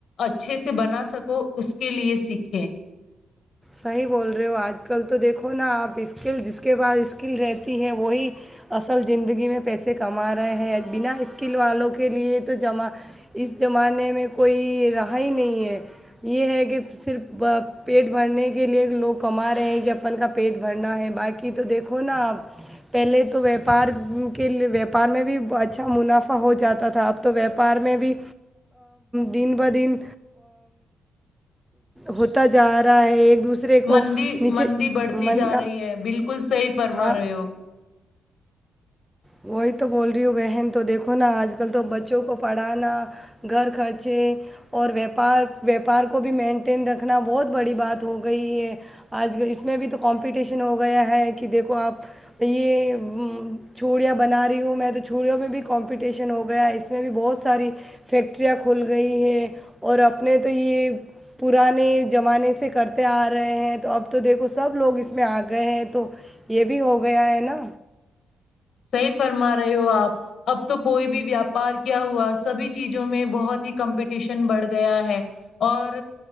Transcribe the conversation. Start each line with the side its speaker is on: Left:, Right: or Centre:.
Left: اچھے سے بنا سکو اس کے لیے سیکھیں
Centre: صحیح بول رہے ہو آج کل تو دیکھو نا آپ اسکل جس کے پاس اسکل رہتی ہیں وہی اصل زندگی میں پیسے کما رہے ہیں بنا اسکل والوں کے لیے توما اس زمانے میں کوئی رہا ہی نہیں ہے یہ ہے کہ صرف پیٹ بھرنے کے لیے لوگ کما رہے ہیں کہ اپن کا پیٹ بھرنا ہے باقی تو دیکھو نا آپ پہلے تو وپار کے وپار میں بھی اچھا منافع ہو جاتا تھا اب تو وپار میں بھی دن ب دن ہوتا جا رہا ہے ایک دوسرے کو
Left: مندی
Centre: نیچے
Left: مندی بڑھتی
Centre: من
Left: جا رہی ہے بالکل صحی فرما
Centre: ہاں
Left: رہے ہو
Centre: وہی تو بول رہی ہوں بہن تو دیکھو نا آج کل تو بچوں کو پڑھانا گھر خرچے اور ویاپار ویاپار کو بھی مینٹین رکھنا بہت بڑی بات ہو گئی ہے آج ک اس میں بھی تو کمپٹیشن ہو گیا ہے کہ دیکھو آپ یہ چھوڑیاں بنا رہی ہوں میں تو چوڑیوں میں بھی کمپٹیشن ہو گیا ہے اس میں بھی بہت ساری فیکٹریاں کھل گئی ہیں اور اپنے تو یہ پرانے زمانے سے کرتے آ رہے ہیں تو اب تو دیکھو سب لوگ اس میں آ گئے ہیں تو یہ بھی ہو گیا ہے نا
Left: صحیح فرما رہے ہو آپ اب تو کوئی بھی ویاپار کیا ہوا سبھی چیزوں میں بہت ہی کمپٹیشن بڑھ گیا ہے اور